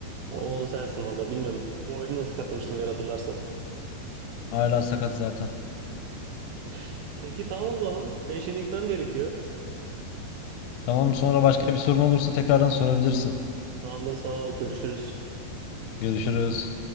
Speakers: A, on the right; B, on the left.
A: Ama onu sensin valla bilmiyorum. Bu oyunu da sakatlamıştım bir ara hatırlarsan.
B: Hala sakat zaten.
A: <laughs> Peki tamam o zaman. Ben şimdi gitmem gerekiyor.
B: Tamam sonra başka bir sorun olursa tekrardan sorabilirsin.
A: Tamamdır sağ ol görüşürüz.
B: Görüşürüz.